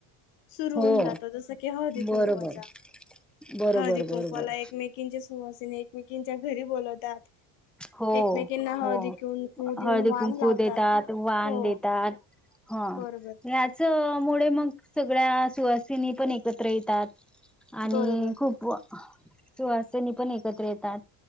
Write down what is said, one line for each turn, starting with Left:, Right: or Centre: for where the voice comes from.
Left: सुरु
Centre: हो
Left: होऊन जातो जस की हळदी कुंकुवाचा
Centre: बरोबर बरोबर
Left: हळदी कुंकवाला
Centre: बरोबर.
Left: एकमेकींच्या सुवासीनी एकमेकींच्या घरी बोलवतात
Centre: हो
Left: एकमेकींना
Centre: हो
Left: हळदी कुंकू देऊन
Centre: हळदी
Left: वाण
Centre: कुंकू
Left: लावतात.
Centre: देतात, वान
Left: हो
Centre: देतात. हा
Left: बरोबर
Centre: याच मुळे मग सगळ्या सुवासिनी पण एकत्र येतात. आणि
Left: बरोबर
Centre: खूप सुवासिनी पण एकत्र येतात